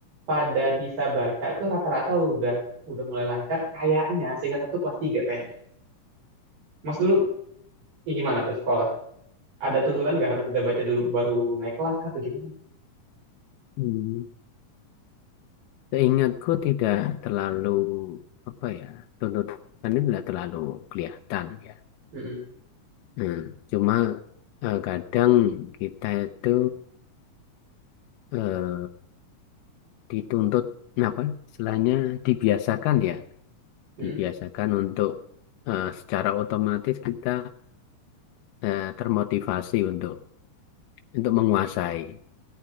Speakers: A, on the right (about 85°); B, on the left (about 85°).
A: pada bisa baca tuh rata-rata udah udah mulai lancar kayaknya seingat aku kelas 3 kayaknya. Mas dulu eh, gimana tuh sekolah? Ada tuntutan nggak harus bisa baca dulu baru naik kelas kah atau gimana?
B: Hmm. Seingatku tidak terlalu apa ya, tuntutannya tidak terlalu kelihatan ya.
A: Mm-mm,
B: Hmm. Cuma eh, kadang kita itu eh, dituntut apa? Istilahnya dibiasakan ya,
A: mm-mm.
B: dibiasakan untuk eh, secara otomatis kita eh, termotivasi untuk untuk menguasai.